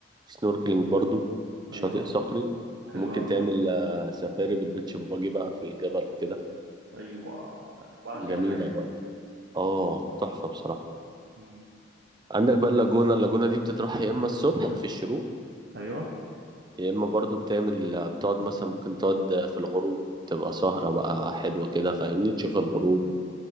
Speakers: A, on the right (about 20°); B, on the right (about 60°).
A: سنوركلينج برضو شاطئ
B: ايوه
A: صخري
B: حلو
A: ممكن
B: قوي
A: تعمل
B: ده
A: آه، سفاري بالبيتش باجي بقى في الجبل وكده
B: ايوه انا بعشق
A: جميله
B: الحاجات
A: برضه
B: دي
A: اه تحفه بصراحه
B: مم.
A: عندك بقى اللاجونه اللاجونه دي بتتراح يا اما الصبح في الشروق
B: ايوه
A: يا اما برضو بتعمل آه، بتقعد مثلا ممكن تقعد في الغروب تبقى سهره بقى حلوه كده فاهمني تشوف الغروب